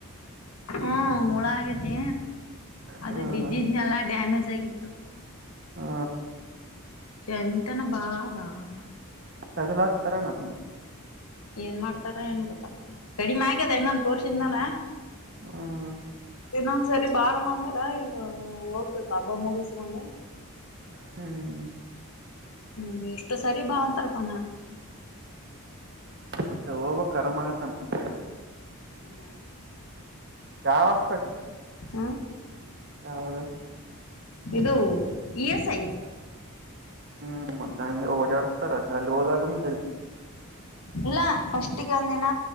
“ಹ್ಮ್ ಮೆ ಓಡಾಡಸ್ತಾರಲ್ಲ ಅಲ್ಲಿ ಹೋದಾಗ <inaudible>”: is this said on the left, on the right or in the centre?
Right